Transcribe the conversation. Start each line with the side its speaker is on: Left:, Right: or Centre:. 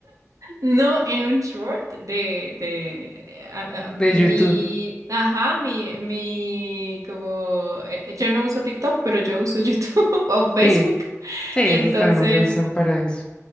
Right: No, en un short de, de, a- a- de
Left: de YouTube.
Right: mi, ajá, mi, mi, como, eh, yo no uso TikTok, pero yo uso YouTube <laughs> o Facebook.
Left: Sí, sí, esos
Right: Y entonces,
Left: también lo usan para eso.